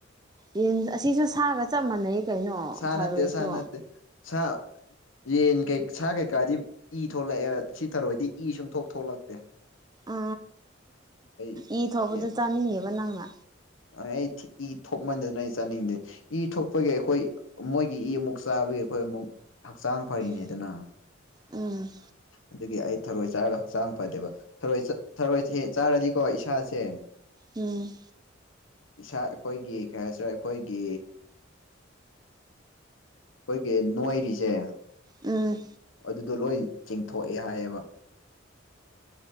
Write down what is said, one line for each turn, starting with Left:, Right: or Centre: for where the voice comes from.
Right: ꯌꯦꯟ ꯑꯁꯤꯁꯨ ꯁꯥꯒ ꯆꯞ ꯃꯥꯟꯅꯩ ꯀꯩꯅꯣ
Left: ꯁꯥ
Right: ꯊꯥꯔꯣꯏꯁꯨ
Left: ꯅꯠꯇꯦ ꯁꯥ ꯅꯠꯇꯦ ꯁꯥ ꯌꯦꯟ ꯀꯩ ꯁꯥ ꯀꯩꯀꯥꯗꯤ ꯏ ꯊꯣꯛꯂꯛꯑꯦ ꯁꯤ ꯊꯔꯣꯢꯗꯤ ꯏ ꯁꯨꯡ ꯊꯣꯛ ꯊꯣꯛꯂꯛꯇꯦ꯫
Right: ꯑ
Left: ꯑꯩ
Right: ꯏ ꯊꯣꯛꯄꯗ
Left: ꯑꯩ
Right: ꯆꯥꯅꯤꯡꯗ‌ꯦꯕ ꯅꯪꯅ
Left: ꯑꯩ ꯏ ꯊꯣꯛꯃꯟꯗꯅ ꯑꯩ ꯆꯥꯅꯤꯡꯗꯦ ꯏ ꯊꯣꯛꯄꯒꯤ ꯑꯩꯈꯣꯏ ꯃꯣꯏ ꯒꯤ ꯏ ꯑꯃꯨꯛ ꯆꯥꯕꯒꯤ ꯑꯩꯈꯣꯏ ꯑꯃꯨꯛ ꯍꯛꯆꯥꯡ ꯐꯔꯤꯅꯦꯗꯅ
Right: ꯎꯝ ꯎꯝ
Left: ꯑꯗꯨꯒꯤ ꯑꯩ ꯊꯔꯣꯏ ꯆꯥꯔꯒ ꯍꯛꯆꯥꯡ ꯐꯗꯦꯕ ꯊꯔꯣꯏ ꯊꯔꯣꯏ ꯍꯦꯛ ꯆꯥꯔꯗꯤꯀꯣ ꯏꯁꯥꯁꯦ
Right: ꯎꯝ
Left: ꯏꯁꯥ ꯑꯩꯈꯣꯏꯒꯤ ꯀꯩ ꯍꯥꯏꯁꯤꯔ ꯑꯩꯈꯣꯏꯒꯤ ꯑꯩꯈꯣꯏꯒꯤ ꯅꫭꯏꯔꯤꯁꯦ
Right: ꯎꯝ
Left: ꯑꯗꯨꯗꯣ ꯂꯣꯏ ꯆꯤꯡꯊꯣꯛꯑꯦ ꯍꯥꯏꯌꯦꯕ